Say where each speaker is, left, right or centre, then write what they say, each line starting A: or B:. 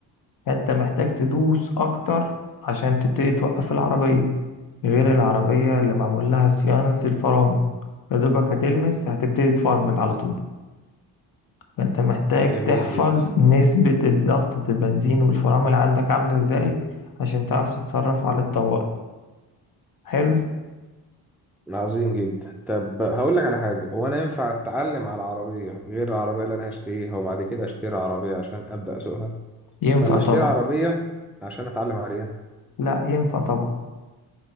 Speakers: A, on the left; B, in the centre.
A: فأنت محتاج تدوس أكتر عشان تبتدي توقف العربية غير العربية اللي معمول لها صيانة الفرامل فدوبك هتلمس هتبتدي تفرمل على طول فأنت محتاج
B: جميل
A: تحفظ
B: جدا
A: نسبة الضغط البنزين والفرامل عندك عاملة ازاي عشان تعرف تتصرف على الطوارئ حلو
B: عظيم جدا طب هقول لك على حاجة هو انا ينفع اتعلم على عربية غير العربية اللي انا هشتريها وبعد كده اشتري عربية عشان ابدأ اسوقها
A: ينفع
B: ولا
A: طبعا
B: اشتري عربية عشان اتعلم عليها
A: لا ينفع طبعا